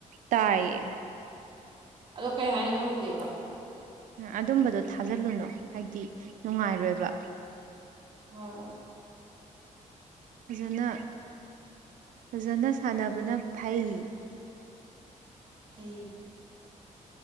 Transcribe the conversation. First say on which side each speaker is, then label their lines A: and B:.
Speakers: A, on the right; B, on the right.
A: ꯇꯥꯏꯌꯦ꯫
B: ꯑꯗꯣ ꯀꯩ ꯍꯥꯏꯅꯣ ꯈꯪꯗꯦꯕ꯫
A: ꯑꯗꯨꯝꯕꯗꯣ ꯊꯥꯖꯤꯜꯂꯨꯅꯨ ꯍꯥꯏꯗꯤ ꯅꯨꯡꯉꯥꯏꯔꯣꯏꯕ꯫
B: ꯍꯣꯏ - ꯍꯣꯏ꯫
A: ꯐꯖꯅ ꯐꯖꯅ ꯁꯥꯟꯅꯕꯅ ꯐꯩ꯫
B: ꯐꯩ꯫